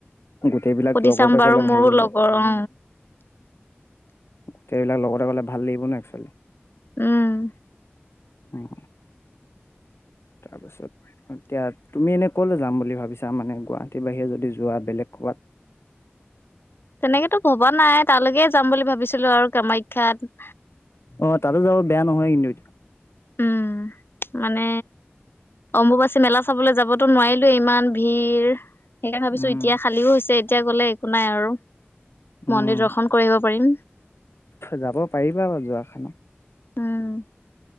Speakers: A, on the left; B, on the left.
A: গোটেইবিলাক
B: সুধি
A: লগতে
B: চাম বাৰু
A: গ'লে ভাল
B: মোৰো
A: লাগিব।
B: লগৰ অ
A: গোটেইাবিলাক লগতে গ'লে ভাল লাগিব ন' একচুৱেলী।
B: উম।
A: উম। তাৰপিছত এতিয়া, তুমি এনে ক'লে যাম বুলি ভাবিছা? মানে গুৱাহাটীৰ বাহিৰে যদি যোৱা, বেলেগ ক'ৰবাত।
B: তেনেকেতো ভবা নাই। তালৈকে যাম বুলি ভাবিছিলোঁ আৰু, কামাখ্যাত।
A: অহ, তাতো যাব বেয়া নহয় কিন্তু।
B: উম মানে অম্বুবাচী মেলা চাবলে যাবতো নোৱাৰিলোঁৱে, ইমান ভিৰ। সেইকাৰণে ভাবিছোঁ
A: উম
B: এতিয়া খালিও হৈছে, এতিয়া গ'লে- একো নাই আৰু।
A: উম
B: মন্দিৰ দৰ্শন কৰিব পাৰিম।
A: যাব পাৰিবা বা যোৱা খানত।
B: উম